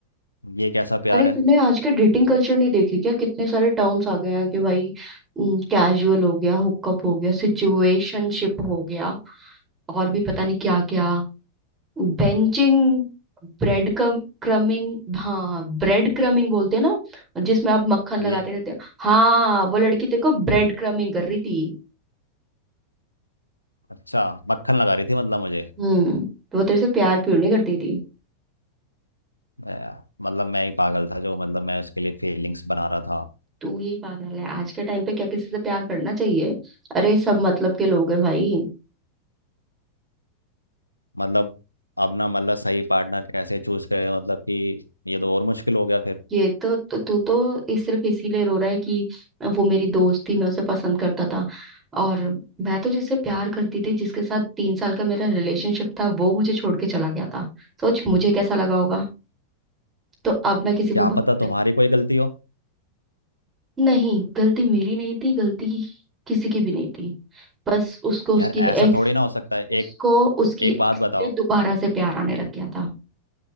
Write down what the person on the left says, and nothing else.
ये कैसा प्यार
है
ये
अच्छा मक्खन लगा रही थी मतलब मुझे
ए, मतलब मैं ही पागल था जो मतलब मैं उसके लिए फीलिंग्स बना रहा था
मतलब अब ना मतलब सही पार्टनर कैसे चूज करे मतलब कि ये तो और मुश्किल हो गया फिर
क्या
पता तुम्हारी
कोई गलती हो
यार ऐसा
थोड़ी ना हो सकता है
एक
एक बात
बताओ